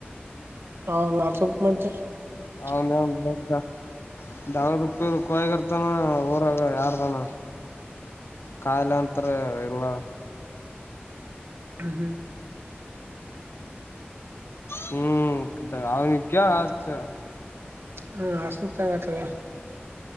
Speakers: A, on the right; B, on the left.
A: ಹೌ ವಸಪ್ ಮೆ <unintelligible>
B: ಅವ್ನ್ಯವನ್ <unintelligible> ದಾವದಕ್ಕ ಕಾಯಿಗರ್ತಾನ ಊರಾಗ ಯಾರದಾನ ಕಾಲಂತರ ಇಲ್ಲ
A: ಹ್ಮ ಹ್ಮ
B: ಹ್ಮ್ ಅವ ಹತ
A: ಹ್ಮ್ ಅಸ ತಗತದೆ